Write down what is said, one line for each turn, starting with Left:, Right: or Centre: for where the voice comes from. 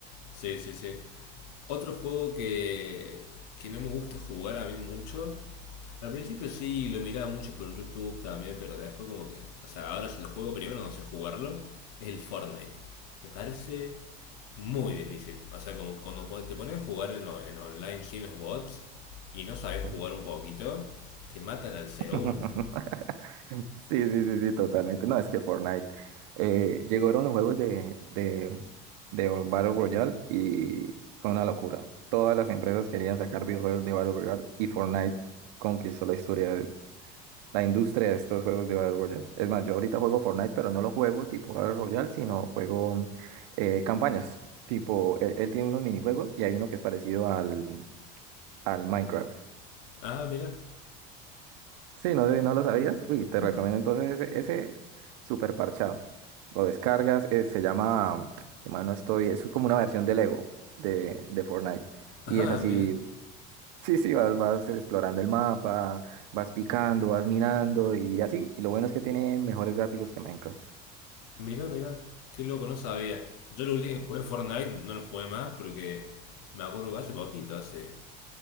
Left: Sí, sí, sí. Otro juego que, que no me gusta jugar a mí mucho. Al principio sí, lo miraba mucho por YouTube también, pero después como que... O sea, ahora si lo juego primero no sé jugarlo. Es el Fortnite. Me parece muy difícil. O sea, como cuando pon- te pones a jugar en, lo- en online sin los bots y no sabes
Right: Sí.
Left: jugar un poquito, te matan al segundo.
Right: <laughs> Sí, sí, sí, sí, totalmente. No, es que Fortnite. eh, llegaron los juegos de, de, de Battle Royale y fue una locura. Todas las empresas querían sacar videojuegos de Battle Royale y Fortnite conquistó la historia, de- la industria de estos juegos de Battle Royale. Es más, yo ahorita juego Fortnite, pero no lo juego tipo Battle Royale, sino juego eh, campañas. Tipo, él, él tiene unos minijuegos y hay uno que es parecido al, al Minecraft.
Left: Ah, mira.
Right: Sí, no, no lo sabías. Uy, te
Left: No,
Right: recomiendo entonces ese, ese super parchado. Lo descargas, eh, se llama, si mal no estoy, eso es como una versión del Lego de, de Fortnite.
Left: Ajá,
Right: Y es así,
Left: mira,
Right: sí, sí, vas, vas explorando el mapa, vas picando, vas mirando y así. Y lo bueno es que tiene mejores gráficos que Minecraft. <laughs>
Left: mira, mira. Qué loco, no sabía. Yo lo último que jugué Fortnite, no lo jugué más porque me acuerdo que hace poquito, hace